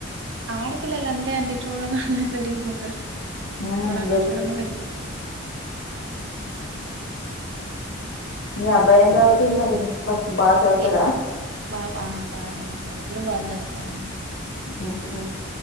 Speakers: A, on the right; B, on the left.
A: ఆడపిల్లలు అంతే అండి చూడగానే పెరిగిపోతారు
B: ఉమ్
A: చూడాంగా
B: జల్దీ
A: చూడంగా
B: జల్దీ
A: పెరిగిపోతారు
B: మీ అబ్బాయి ఎంత అవుతుంది మరి ఫస్ట్ బాగా చదువుతారా
A: ఏ బాబు ఆ బాజదువుతారు ఇద్దరు బాజదువుతార అం
B: ఆహా